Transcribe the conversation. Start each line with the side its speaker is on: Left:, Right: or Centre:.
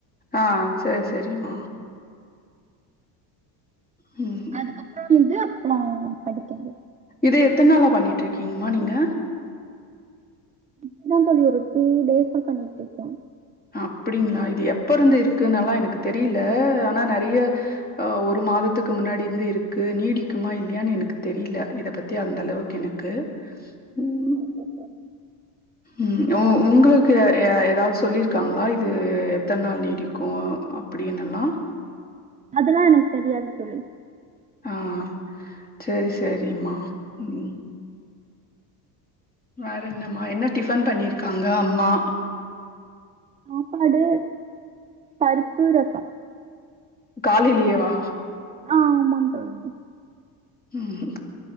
Left: ஆ ஆ சேர் செரிம்மா ம்
Right: அதுக்கப்றோ வந்து அப்றோ படிக்கற்து
Left: இது எத்தன் நாளா பண்ணிட்ருக்கீங்கமா நீங்க
Right: இப்பதா தோழி ஒரு டூ டேஸா பண்ணிட்ருக்கே
Left: அப்டிங்களா இது எப்ப இருந்து இருக்குனெல்லா எனக்கு தெரில ஆனா நறிய ஆ ஒரு மாதத்துக்கு முன்னாடி இருந்து இருக்கு நீடிக்குமா இல்லையான்னு எனக்கு தெரியல இத பத் பத்தி அந்தளவுக்கு எனக்கு
Right: <unintelligible>
Left: ம் ம் உ உங்களுக்கு ஏ ஏதாது சொல்லிருக்காங்களா இது எத்தன நாள் நீடிக்கு அப்டின்னுல்லா
Right: அதல்லா எனக்கு தெரியாது தோழி
Left: ஆ சரி சரிம்மா ம். வேற என்னம்மா என்ன டிஃபன் பண்ணிருக்காங்க அம்மா
Right: சாப்பாடு பருப்பு ரசம்
Left: காலிலேவா
Right: ஆ ஆமா தோழி
Left: ம்